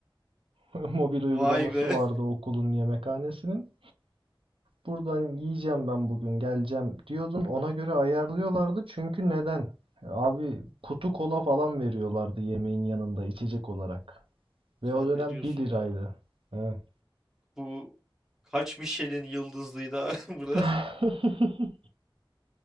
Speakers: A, on the right; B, in the centre.
A: <laughs> Mobil uygulaması
B: Vay be.
A: vardı okulun yemekhanesinin. Buradan yiyeceğim ben bugün geleceğim diyordun. Ona göre ayarlıyorlardı. Çünkü neden? E, Abi kutu kola falan veriyorlardı yemeğin yanında içecek olarak.
B: <laughs> Sen
A: Ve o dönem
B: ne diyorsun
A: bir liraydı.
B: ya?
A: Evet.
B: Bu kaç Michelin yıldızlıydı abi <laughs> burada?
A: <laughs>